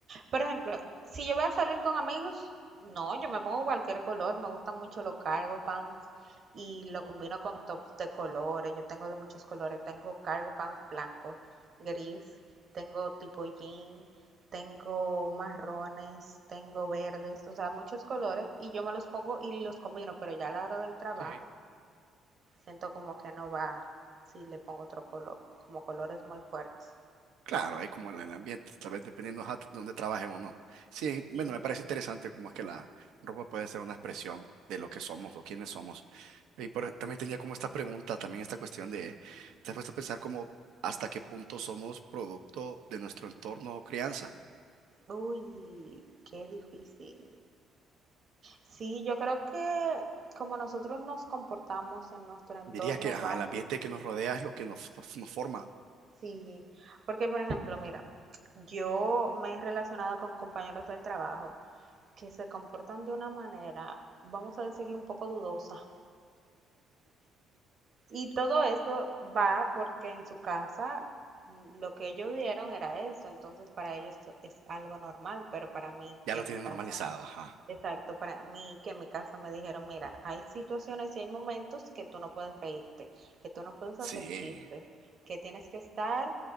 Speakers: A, on the right (about 40°); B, on the right (about 80°).
A: Por ejemplo, si yo voy a salir con amigos, no, yo me pongo cualquier color. Me gustan mucho los cargo pants y lo combino con tops de colores. Yo tengo de muchos colores. Tengo cargo pants blanco, gris, tengo tipo jean, tengo marrones, tengo verdes, o sea, muchos colores. Y yo me los pongo y los combino, pero ya a la hora del trabajo
B: Sí.
A: siento como que no va si le pongo otro color, como colores muy fuertes.
B: Claro, hay como el, el ambiente, tal vez dependiendo ajá, de dónde trabaje o no. Sí, bueno,
A: Sí.
B: me parece interesante cómo es que la ropa puede ser una expresión de lo que somos o quiénes somos. Y por- también tenía como esta pregunta, también esta cuestión de, ¿te has puesto a pensar como hasta qué punto somos producto de nuestro entorno o crianza?
A: Uy, qué difícil. Sí, yo creo que como nosotros nos comportamos en nuestro entorno
B: Dirías que ajá,
A: va
B: el
A: mucho.
B: ambiente que nos rodea es lo que nos, nos, nos forma.
A: Sí, porque por ejemplo, mira, yo me he relacionado con compañeros del trabajo que se comportan de una manera, vamos a decirle un poco dudosa. Y todo eso va porque en su casa mm, lo que ellos vieron era eso, entonces para ellos es algo normal, pero para mí
B: Ya
A: que
B: lo
A: en
B: tienes
A: mi casa
B: normalizado, ajá.
A: Exacto, para mí, que en mi caso me dijeron, mira, hay situaciones y hay momentos que tú no puedes reírte, que tú no puedes
B: Sí,
A: hacer chistes, que tienes que estar